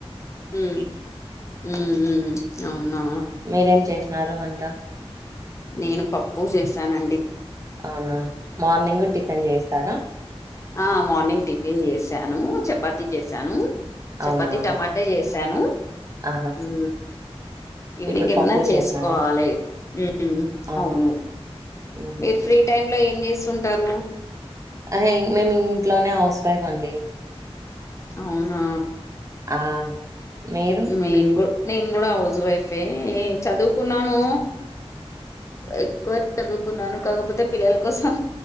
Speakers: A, on the left; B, on the right.
A: ఉ ఉహు అవునా
B: మీరేం చేసినారు వంట
A: నేను పప్పు చేశానండి
B: అవునా మార్నింగ్ టిఫిన్ చేస్తారా
A: ఆ మార్నింగ్ టిఫిన్ జేసాను చపాతి జేసాను చపాతి
B: అవునా
A: టమాటా చేసా సాను
B: ఆహా
A: ఊ ఈవినింగ్
B: ఇప్పుడు
A: ఏమన్నా
B: పప్పు
A: చేసుకోవాలి
B: చేసినారా
A: ఉ
B: ఆహా
A: అవును
B: ఉమ్.
A: మీరు ఫ్రీ టైమ్ లో ఏం చేస్తుంటారు
B: అహే మేము ఇంట్లోనే హౌస్ వైఫ్ అవ్వండి
A: అవునా
B: ఆ మీరు
A: మెయిన్ గు నేను కూడా హౌస్ వైఫే ఏ చదువుకున్నాను ఎక్కువ చదువు కున్నాను కాకపోతే పిల్లల కోసం